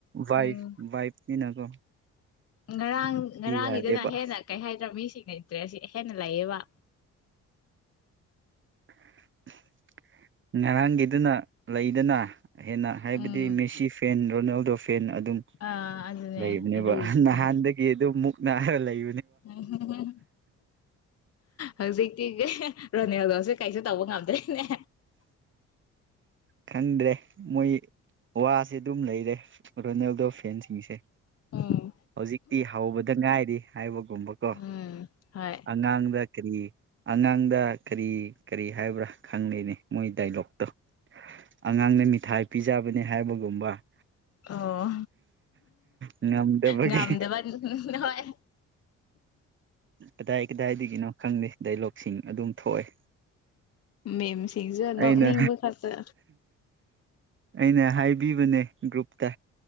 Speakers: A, on the right; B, on the left.
A: ꯋꯥꯏꯐ
B: ꯎꯝ
A: ꯋꯥꯏꯐꯅꯤꯅꯀꯣ
B: ꯉꯔꯥꯡ ꯉꯔꯥꯡꯒꯤꯗꯅ
A: ꯌꯥꯗꯦꯕ
B: ꯍꯦꯟꯅ ꯀꯩ ꯍꯥꯏꯗ꯭ꯔ ꯃꯤꯁꯤꯡ ꯂꯩꯇ꯭ꯔꯦ ꯁꯤ ꯍꯦꯟꯅ ꯂꯩꯌꯦꯕ
A: <unintelligible> ꯉꯔꯥꯡꯒꯤꯗꯨꯅ ꯂꯩꯗꯅ ꯍꯦꯟꯅ ꯍꯥꯏꯕꯗꯤ
B: ꯎꯝ
A: ꯃꯦꯁꯤ ꯐꯦꯟ ꯔꯣꯅꯥꯜꯗꯣ ꯐꯦꯟ ꯑꯗꯨꯝ
B: ꯑꯥ ꯑꯗꯨꯅꯦ
A: ꯂꯩꯕꯅꯦꯕ
B: ꯑꯗꯨꯒꯤꯁꯨꯅꯦ
A: ꯅꯍꯥꯟꯗꯒꯤ ꯑꯗꯨꯝ ꯅꯔ ꯂꯩ
B: ꯎꯝ ꯍꯧꯖꯤꯛꯇꯤ ꯔꯣꯅꯦꯜꯗꯣꯁꯦ ꯀꯩꯁꯨ ꯇꯧꯕ ꯉꯝꯗꯣꯏꯅꯦ
A: ꯈꯪꯗ꯭ꯔꯦ ꯃꯣꯏ ꯋꯥꯁꯦ ꯑꯗꯨꯝ ꯂꯩꯔꯦ ꯔꯣꯅꯦꯜꯗꯣ ꯐꯦꯟꯁꯤꯡꯁꯦ
B: ꯎꯝ
A: ꯍꯧꯖꯤꯛꯇꯤ ꯍꯥꯎꯧꯕꯗ ꯉꯥꯏꯔꯤ ꯍꯥꯏꯕ ꯨꯝꯕꯀꯣ
B: ꯎꯝ ꯍꯣꯏ
A: ꯑꯉꯥꯡꯗ ꯀꯔꯤ ꯑꯉꯥꯡꯗ ꯀꯔꯤ ꯀꯔꯤ ꯍꯥꯏꯕ꯭ꯔꯥ ꯈꯪꯅꯩꯅꯤ ꯃꯣꯏ ꯗꯥꯏꯂꯣꯛꯇꯣ ꯑꯉꯥꯡꯅ ꯃꯤꯊꯥꯏ ꯄꯤꯖꯕꯅꯦ ꯍꯥꯏꯕꯒꯨꯝꯕ ꯎ
B: ꯑꯣ
A: ꯎꯝ ꯅꯝꯗꯕꯒꯤ
B: ꯉꯝꯗꯕ ꯍꯣꯏ
A: ꯀꯗꯥꯏ ꯀꯗꯥꯏꯗꯒꯤꯅꯣ ꯈꯪꯗꯦ ꯗꯥꯏꯂꯣꯛꯁꯤꯡ ꯑꯗꯨꯝ ꯊꯣꯛꯑꯦ
B: ꯃꯦꯝꯦꯝꯁꯤꯡꯁꯨ ꯅꯣꯛꯅꯤꯡꯕ
A: ꯑꯩꯅ
B: ꯈꯇ
A: ꯑꯩꯅ ꯍꯥꯏꯕꯤꯕꯅꯦ ꯒ꯭ꯔꯨꯞꯨꯞꯇ